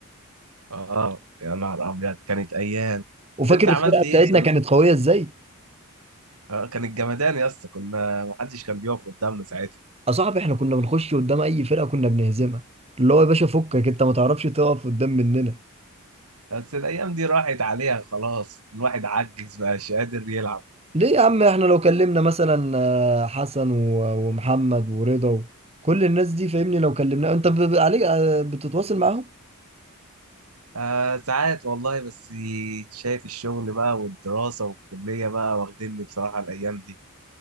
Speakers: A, on the right (about 80°); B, on the right (about 30°).
A: اه يا نهار أبيض كانت أيام
B: وفاكر
A: بس أنت عملت
B: الفرقه بتاعتنا
A: إيه في سن...
B: كانت قويه ازاي
A: آه كانت جمدان يا اسطى كنا محدش كان بيقف قدامنا ساعتها
B: يا صاحبي احنا كنا بنخش قدام اي فرقه كنا بنهزمها اللي هو يا باشا فكك انت ما تعرفش تقف قدام مننا
A: بس الأيام دي راحت عليها خلاص الواحد عجز مبقاش قادر يلعب
B: ليه يا عم احنا لو كلمنا مثلا آه، حسن و- ومحمد ورضا و- كل الناس دي فاهمني لو كلمنا انت ب- ب- عليك آه، بتتواصل معاهم
A: آه ساعات والله بس شايف الشغل بقى والدراسة والكلية بقى واخديني بصراحة الأيام دي